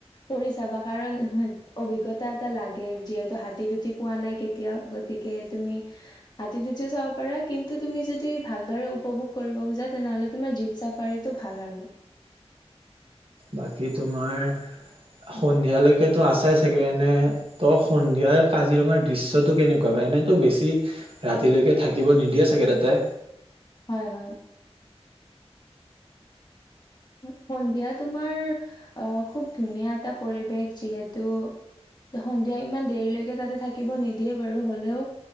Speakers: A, on the left; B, on the right.
A: কৰি চাবা কাৰণ অভিজ্ঞতা এটা লাগে, যিহেতু হাতীত উঠি পোৱা নাই কেতিয়াও, গতিকে তুমি হাতী উঠিও চাব পাৰা কিন্তু তুমি যদি ভালদৰে উপভোগ কৰিব খোজা তেনেহ'লে তোমাৰ জীপ চাফাৰীটো ভাল আৰু।
B: বাকী তোমাৰ সন্ধিয়ালৈকেতো আছোই চাগে, নে ত' সন্ধিয়াৰ কাজিৰঙাৰ দৃশ্যটো কেনেকুৱা বা এনেতো বেছি ৰাতিলৈকে থাকিব নিদিয়ে চাগে তাতে।
A: হয় হয়। সন্ধিয়া তোমাৰ অ' খুব ধুনীয়া এটা পৰিৱেশ যিহেতু সন্ধিয়া ইমান দেৰিলৈকে তাতে থাকিব নিদিয়ে বাৰু হ'লেও